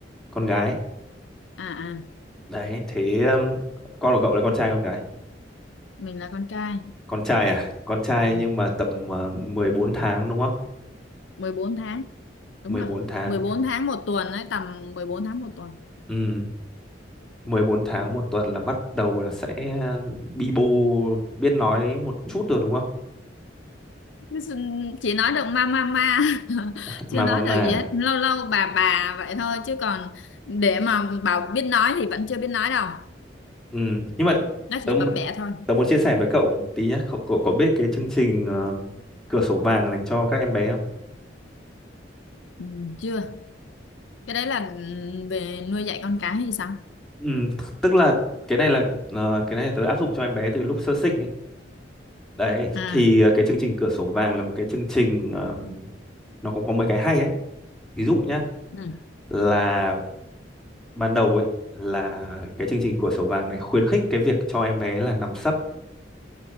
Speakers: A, in the centre; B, on the left.
A: Con gái.
B: À, à,
A: Đấy, thế ờm, con của cậu là con trai con gái?
B: mình là con trai,
A: Con trai à? Con trai
B: ừ,
A: nhưng mà tầm ờ, 14 tháng đúng không?
B: 14 tháng, đúng
A: Mười
B: rồi.
A: bốn tháng.
B: mười bốn tháng một tuần ấy, tầm 14 tháng một tuần.
A: Ừ. mười bốn tháng một tuần là bắt đầu là sẽ bi bô biết nói một chút rồi đúng không?
B: Cứ xưng- Chỉ nói được ma ma ma, <laughs>
A: Mà
B: chưa nói
A: mà mà
B: được gì hết. Lâu lâu bà bà vậy thôi, chứ còn để mà bảo biết nói thì vẫn chưa biết nói đâu.
A: ừ. nhưng mà
B: Nó
A: tớ,
B: chỉ
A: mu-
B: bập bẹ thôi.
A: tớ muốn chia sẻ với cậu tí nhé. Cậu, cậu cậu biết cái chương trình ờ, cửa sổ vàng dành cho các em bé không?
B: Ừ, chưa. Cái đấy là ừ, về nuôi dạy con cái hay sao?
A: Ừ, t- tức là cái này là ờ, cái này là tớ áp dụng cho em bé từ lúc sơ sinh ấy. Đấy
B: À.
A: thì ờ, cái chương trình cửa sổ vàng là một cái chương trình ờ, nó cũng có mấy cái hay đấy. Ví dụ nhá
B: Ừ.
A: là ban đầu ấy là cái chương trình cửa sổ vàng này khuyến khích cái việc cho em bé là nằm sấp